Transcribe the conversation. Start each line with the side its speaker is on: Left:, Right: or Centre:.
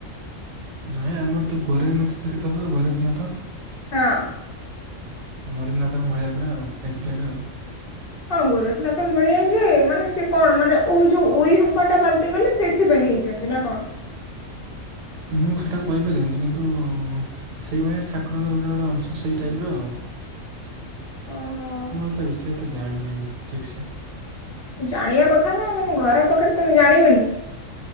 Right: ନାଇଁ ଆମର ତ ଗୋରେଖ ନାଥ ସେଠି ଥିବ ଗୋରେଖନାଥ?
Left: ହଁ।
Right: ଗୋରେଖନାଥଙ୍କ ଭଳିଆ ପୁରା ଆଉ ଏକଯାଟ ଆଉ।
Left: ହଁ ଗୋରେଖନାଥଙ୍କ ଭଳିଆ ଯେ, ମାନେ ସେ କଣ? ମାନେ ଓ ଯୋଉ ଉଇ ହୁଙ୍କା ଟା ପାଲଟି ଗଲେ ସେ ଥିପାଇଁ ହେଇଛନ୍ତି ନା କଣ?
Right: ମୁଁ ସେଟା କହିପାରିବିନି କିନ୍ତୁ-ଉ-ଉ ସେଇଭଳିଆ ଠାକୁରଙ୍କର ଗୋଟେ ଗୋଟେ ଅଂଶ ସେଇ ଟାଇପ ର ଆଉ।
Left: ଓହୋ।
Right: ମୁଁ ଆଉ ତା ବିଷୟରେ ଏତେ ଜାଣିନାହିଁ ଠିକ୍ ସେ।
Left: ଜାଣିବା କଥା ନା ଆଉ ତମ ଘର ପାଖରେ ତମେ ଜାଣିବନି।